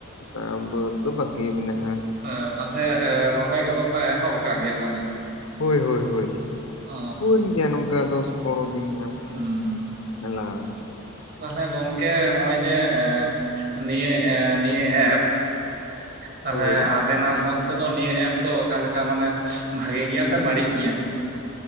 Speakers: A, on the left; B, on the right.
A: ᱟᱨ ᱵᱟᱹᱫᱽ ᱫᱚ ᱵᱟᱠᱤ ᱢᱮᱱᱟᱜ-ᱟ᱾
B: ᱮᱸ ᱯᱟᱥᱮᱡ ᱨᱚᱦᱚᱭ ᱠᱚᱫᱚ ᱯᱮ ᱮᱦᱚᱵ ᱟᱠᱟᱫ ᱜᱮᱭᱟ ᱛᱟᱦᱚᱞᱮ?
A: ᱦᱳᱭ ᱦᱳᱭ ᱦᱳᱭ,
B: ᱚ
A: ᱦᱩᱭᱮᱱ ᱜᱮᱭᱟ ᱱᱚᱝᱠᱟ ᱫᱚᱥ ᱯᱚᱸᱨᱚ ᱫᱤᱱ ᱜᱟᱱ᱾
B: ᱦᱩᱸ
A: ᱢᱮᱞᱟ
B: ᱛᱟᱦᱚᱞᱮ ᱜᱚᱝᱠᱮ ᱦᱚᱸᱜ-ᱚᱭ ᱡᱮ, ᱮ ᱱᱤᱭᱟᱹ ᱮ ᱱᱤᱭᱟᱹ ᱮᱯ ᱛᱟᱦᱚᱞᱮ
A: ᱦᱳᱭ
B: ᱟᱵᱮᱱᱟᱜ ᱢᱳᱛ ᱛᱮᱫᱚ, ᱱᱤᱭᱟᱹ ᱮᱯ ᱫᱚ ᱚᱠᱟ ᱞᱮᱠᱟ ᱢᱟᱱᱮ ᱵᱷᱟᱜᱮ ᱜᱮᱭᱟ ᱥᱮ ᱵᱟᱹᱲᱤᱡ ᱜᱮᱭᱟ?